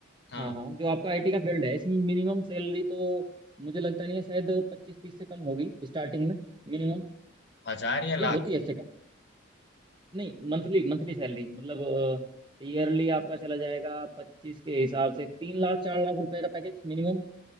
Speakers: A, on the left; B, on the right.
A: हाँ
B: हाँ हाँ जो आपका आईटी का फील्ड है इसमें मिनिमम सैलरी तो मुझे लगता नहीं है शायद पच्चीस तीस से कम होगी स्टार्टिंग में मिनिमम
A: हजार या लाख
B: या होती है इससे कम नहीं मंथली मंथली सैलरी मतलब ईयरली आपका चला जाएगा पच्चीस के हिसाब से तीन लाख चार लाख रुपए का पैकेज मिनिमम